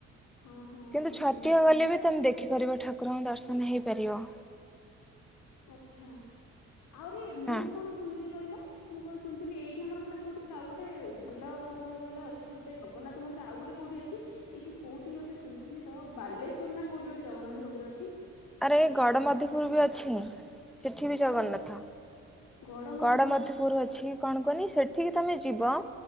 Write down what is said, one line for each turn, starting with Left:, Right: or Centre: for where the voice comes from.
Left: ହଁ ହଁ
Centre: କିନ୍ତୁ
Left: ମୁଁ
Centre: ଛତିଆ
Left: ଶୁଣିଛି
Centre: ଗଲେ ବି ତମେ ଦେଖିପାରିବ ଠାକୁରଙ୍କ ଦର୍ଶନ ହେଇପାରିବ।
Left: ଆଚ୍ଛା। ଆହୁରି ମୁଁ
Centre: ହଁ।
Left: କଣ ଶୁଣିଥିଲି କହିଲ? ମୁଁ କ ଶୁନ୍ଥିଲି ଏଇଠି ଆମର ଗୋଟେ କୋଉଠି ଆଉ ଗୋଟେ ଭଲ କଣ କହିଲା ଅଛି ଗୋଟେ ଜଗନ୍ନାଥ ମନ୍ଦିର ଆଉ ଗୋଟେ କୋଉଠି ଅଛି? ଏଇ ଯୋଉ କୋଉଠି ଗୋଟେ ଶୁଣିଥିଲି ତ ବାଲେଶ୍ଵର ନା କୋଉଠି ଗୋଟେ ଜଗନ୍ନାଥ ମନ୍ଦିର ଅଛି?
Centre: ଆରେ ଏଇ ଗଡ଼ ମଧପୁର୍ ବି ଅଛି। ସେଠି ବି ଜଗନ୍ନାଥ।
Left: ଓ ଗଡ଼ମଧୁପୁର
Centre: ଗଡ ମଧୁପୁର୍ ଅଛି। କଣ କୁହନି? ସେଠିକି ତମେ ଯିବ।